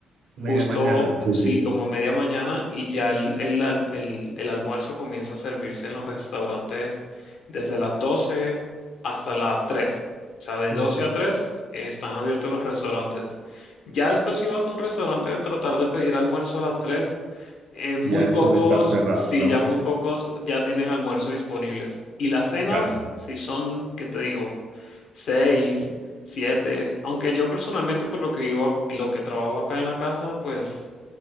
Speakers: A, on the right (about 70°); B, on the left (about 70°).
A: media
B: justo,
A: mañana. Sí,
B: sí,
A: sí.
B: como media mañana y ya el, el, al- el- el almuerzo comienza a servirse en los restaurantes desde las 12 hasta las tres O sea, de
A: Ujú,
B: 12 a 3 están abiertos los restaurantes. Ya después si vas a un restaurante a tratar de pedir almuerzo a las tres eh, muy
A: Ya
B: pocos,
A: eso le está cerrado,
B: sí,
A: ¿no?
B: ya muy pocos ya tienen almuerzo disponibles. Y las cenas,
A: Claro.
B: si son, ¿qué te digo? seis siete. Aunque yo personalmente, por lo que vivo, ac- lo que trabajo acá en la casa, pues